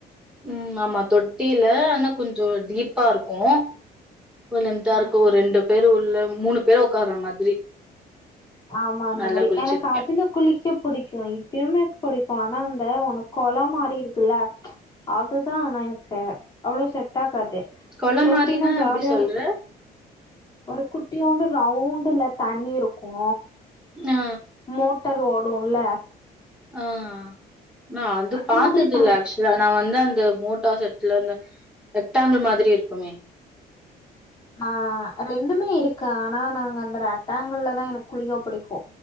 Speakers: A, in the centre; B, on the left (about 20°).
A: ம் ஆமா தொட்டில்ல ஆனா கொஞ்சோ டீப்பாருக்கு ரொம்ப லென்த்
B: ம்,
A: ஆ இருக்கு ஒரு
B: ம்.
A: ரெண்டு பேரு உள்ள மூணு பேரு உக்கார மாதிரி
B: ஆமா அந்த
A: நல்லா
B: மாரி
A: குளிச்சிருக்கேன்.
B: எனக்கு அதுல குளிக்க புடிக்கு இப்பயுமே புடிக்கு ஆனா அந்த ஒன்னு கொள மாறி இருக்குல்ல அதுதா எனக்கு தேவ அவ்ளோ செட் ஆகாது
A: குளம்
B: தொட்டினா
A: மாரின்னா
B: ஜாலியாருக்கு
A: எப்படி சொல்ற?
B: ஒரு குட்டியூண்டு ரவுண்டுல தண்ணி இருக்கு
A: ஆ
B: மோட்டர் ஓடுன்ல
A: ஆ நா அது
B: அந்த
A: பாத்ததில்ல
B: மாதிரி பா
A: ஆக்சு இது நா வந்து அந்த மோட்டார் செட்ல அந்த ரெட்டாங்குல் மாதிரி இருக்குமே
B: ஆ ரெண்டுமே இருக்கு ஆனா நாங்க அந்த ரெக்டாங்கள்லதா எனக்கு குளிக்க புடிக்கு